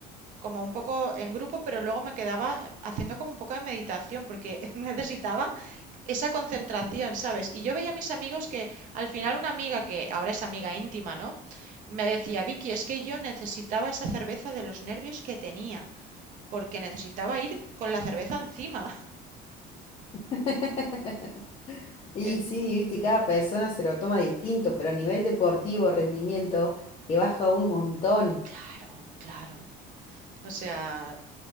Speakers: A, on the right; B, on the left.
A: como un poco en grupo, pero luego me quedaba eh, haciendo como un poco de meditación, porque <laughs> necesitaba esa concentración, ¿sabes? Y yo veía a mis amigos que al final una amiga, que ahora es amiga íntima, ¿no? Me decía, Vicky, es que yo necesitaba esa cerveza de los nervios que tenía, porque necesitaba ir con la cerveza encima.
B: <laughs> Y
A: <laughs>
B: sí,
A: En-
B: viste, cada persona se lo toma distinto, pero a nivel deportivo, rendimiento, te baja un montón.
A: Claro, claro. O sea,